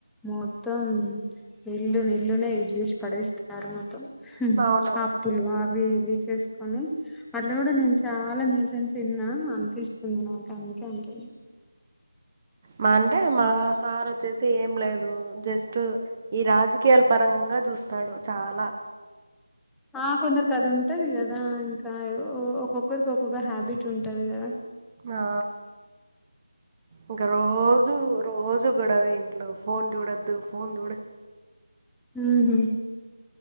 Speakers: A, in the centre; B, on the right.
A: మొత్తం ఇల్లు ఇల్లునే జూసి పడేస్తున్నారు మొత్తం ఉమ్
B: అవును
A: అప్పులు అవి ఇవి చేసుకొని అట్ల కూడా నేను చాలా న్యూసెన్స్ విన్న అనిపిస్తుంది నాకు అందుకే అంటే
B: మంటే మా సార్ ఒచ్చేసి ఏం లేదూ జస్ట్ ఈ రాజకీయాల పరాం గా జూస్తాడు చాలా
A: ఆ కొందరుకి అది ఉంటది గదా ఇంకా ఒ ఒక్కొక్కరికి ఒక్కొక్క హ్యాబిట్ ఉంటంది గదా
B: ఆ ఇంక రో జు రోజు గొడవే ఇంట్లో ఫోన్ జూడొద్దు ఫోన్ జూడ
A: ఉహూ